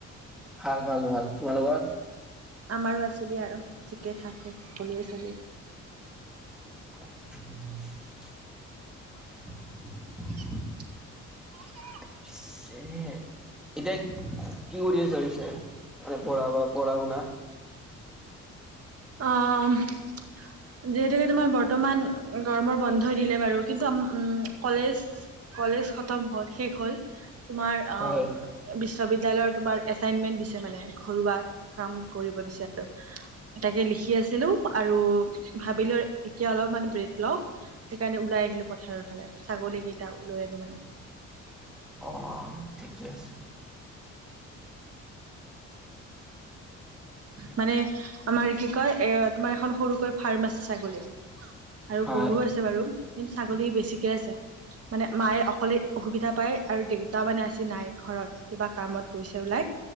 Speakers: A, in the centre; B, on the right.
A: ভাল ভাল ভাল, তোমালোকৰ?
B: আমাৰো আছে দিয়া আৰু ঠিকে থাকে সকলোৱেচলি
A: <unintelligible>
B: <unintelligible>
A: <unintelligible> এতিয়া কি কৰি আছা পিছে, মানে পঢ়া বা পঢ়া শুনা।
B: অ'। যিহেতুকে তোমাৰ বৰ্তমান গৰমৰ বন্ধ দিলে বাৰু, কিন্তু আম কলেজ কলেজ খতম হ'ল শেষ হল। তোমাৰ আ,
A: হয়
B: বিশ্ববিদ বিদ্যালয়ৰ তোমাৰ এচাইনমেণ্ট দিছে মানে, ঘৰুৱা কাম কৰিব দিছে আৰু। তাকে লিখি আছিলোঁ, আৰু ভাবিলো এতিয়া অলপমান ব্ৰেক লওঁ। সেইকাৰণে ওলাই আহিলো পথাৰৰ ফালে, ছাগলী কেইটাও লৈ আনো মানে।
A: অ', ঠিকে আছে।
B: মানে আমাৰ কি কয় এ, তোমাৰ এখন সৰুকৈ ফাৰ্ম আছে ছাগলীৰ। আৰু
A: হয়
B: গৰু আছে বাৰু। কিন্তু ছাগলী বেছিকে আছে। মানে মায়ে অকলে অসুবিধা পায় আৰু দেউতা মানে আজি নাই। ঘৰত কিবা কামত গৈছে ওলাই।